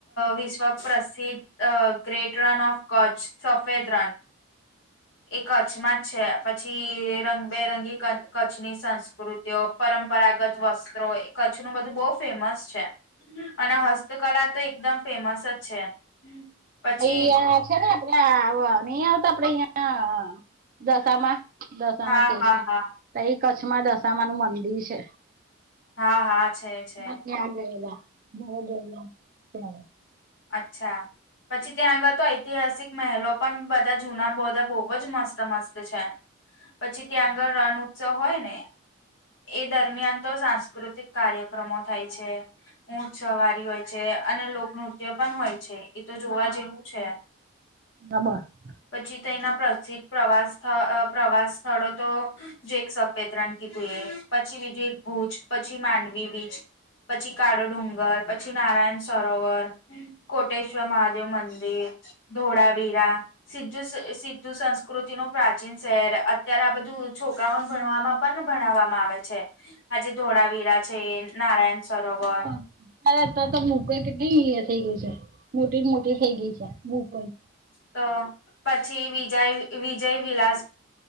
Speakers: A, on the left (about 60°); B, on the right (about 40°).
A: વિશ્વ પ્રસિદ્ધ ગ્રેટ રણ ઓફ કરછ, સફેદ રણ. એ કચ્છમાં જ છે. પછી રંગબેરંગી કચ્છની સંસ્કૃતિઓ પરંપરાગત વસ્ત્રો એ કચ્છનું બધું બહુ ફેમસ છે. અને હસ્તકલા તો એકદમ ફેમસ જ છે. પછી
B: અહીંયા છે ને, આપડે આ નહીં આવતા, આપડે અહિયાં. દશામા
A: હા
B: દશામા
A: હા
B: કે
A: હા
B: છે, તો એ કચ્છમાં દશામા નું મંદિર છે. હ,
A: હા હા છે છે
B: અમે ત્યાં ગયેલા. બહુ ગરમી હતી ત્યારે,
A: અચ્છા. પછી, ત્યાં આગળ તો ઐતિહાસિક મહેલો પણ બધા જૂના, બધા બહુ જ મસ્ત-મસ્ત છે. પછી, ત્યાં આગળ રણ ઉત્સવ હોય ને! એ દરમિયાન તો સાંસ્કૃતિક કાર્યક્રમો થાય છે. ઊંટ સવારી હોય છે, અને લોકનૃત્ય પણ હોય છે. એ તો જોવા જેવું છે.
B: ત્યારે
A: પછી તેના પ્રસિદ્ધ પ્રવાસ, પ્રવાસ સ્થળો તો. જે એક સફેદ રણ કીધું, એ પછી બીજું એક ભુજ, પછી માંડવી. બીચ, પછી કાળો ડુંગર, પછી નારાયણ સરોવર. હ, કોટેશ્વર મહાદેવ મંદિર, ઢોળાવીરા. સીધું સિંધુ સંસ્કૃતિ નું પ્રાચીન શહેર. અત્યારે આ બધું છોકરાઓને ભણવામાં. ભણાવવામાં આવે છે. આજે ધોળાવીરા છે, નારાયણ સરોવર
B: હા, લે તો તો મુ <unintelligible> કેટલી થઇ ગય છે, મોટી મોટી થઇ ગઈ છે, બહુ પણ.
A: તો પછી વિજય, વિજય વિલાસ